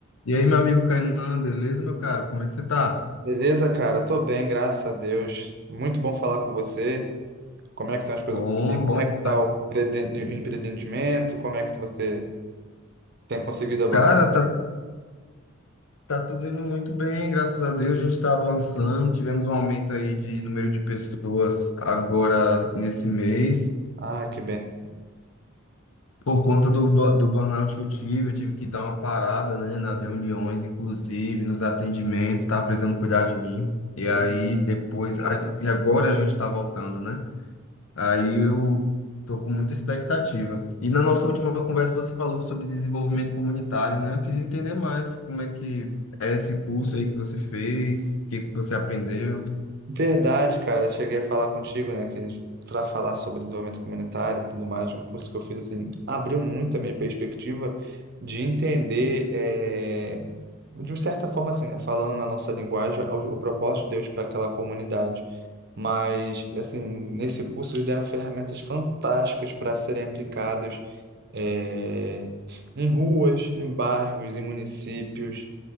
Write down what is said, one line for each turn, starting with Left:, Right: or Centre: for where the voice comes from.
Left: E aí, meu amigo Kainan, beleza, meu caro? Como é que você tá?
Right: Beleza, cara? Tô bem, graças a Deus. Muito bom falar com você. Como é que estão as coisas
Left: Bom,
Right: por aí? Como
Left: bom
Right: é
Left: demais.
Right: que tá o empreende- empreendimento? Como é que você tem conseguido avançar?
Left: Cara, tá, tá tudo indo muito bem, graças a Deus, a gente tá avançando, tivemos um aumento aí de número de pessoas agora nesse mês,
Right: Ah, que bem.
Left: por conta do, bu- do burnout que eu tive, eu tive que dar uma parada, né, nas reuniões, inclusive, nos atendimentos, tava precisando cuidar de mim, e
Right: Sim.
Left: aí depois, aí agora a gente tá voltando, né? Aí eu tô com muita expectativa. E na nossa última conversa você falou sobre desenvolvimento comunitário, né? Eu queria entender mais como é que é esse curso aí que você fez, o que que você aprendeu.
Right: Verdade, cara. Eu cheguei a falar contigo, né, que para falar sobre desenvolvimento comunitário e tudo mais, um curso que eu fiz assim, abriu muito a minha perspectiva de entender, eh, de certa forma assim, né, falando na nossa linguagem, o, o propósito de Deus para aquela comunidade. Mas assim, nesse curso eles deram ferramentas fantásticas para serem aplicadas eh, em ruas, em bairros, em municípios